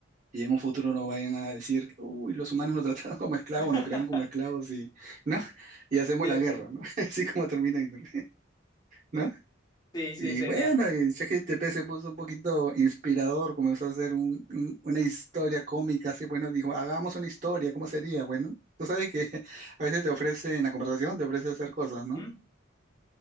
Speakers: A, on the right (about 40°); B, on the left (about 20°).
A: y en un futuro no vayan a decir, uy, los humanos nos <laughs> trataron como esclavos,
B: <laughs>
A: nos crearon como esclavos y, ¿no? Y hacemos
B: Cierto.
A: la guerra, ¿no? <laughs> Así como Terminator, ¿no?
B: Sí, sí,
A: Y
B: sería.
A: bueno, y ChatGPT se puso un poquito inspirador, comenzó a hacer un- un- una historia cómica, así, bueno, dijo, hagamos una historia, ¿cómo sería? Bueno, tú sabes que <laughs> a veces te ofrece, en la conversación te ofrece hacer cosas, ¿no?
B: ¿Mm?